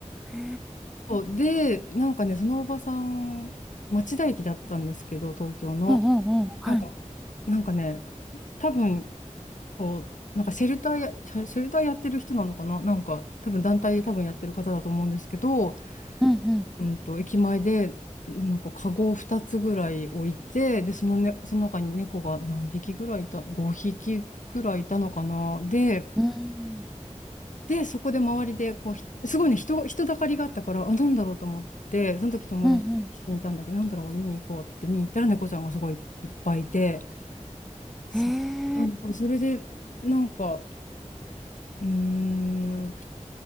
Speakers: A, in the centre; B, on the left (about 85°).
A: へえ。
B: そうで、なんかね、そのおばさん、町田駅だったんですけど、東京の。
A: うんうんうん。はい。
B: なんか、なんかね、多分、こう、なんかシェルターや、シェシェルターやってる人なのかななんか、多分団体で多分やってる方だと思うんですけど、
A: うんうん。
B: うんと、駅前で、なんか、カゴを2つぐらい置いて、で、その、ね、その中に猫が何匹ぐらいいた、5匹ぐらいいたのかな。で、
A: うん。
B: で、そこで周りで、こう、ひすごいね、人、人だかりがあったから、あ、なんだろうと思って、その時友達と一緒にいたんだけど、
A: うんう
B: なんだろう、見に行こうって言って見に行ったらね、猫ちゃんがすごいいっぱいいて、そ、
A: ん。へえ。
B: うんそれで、なんか、うーん、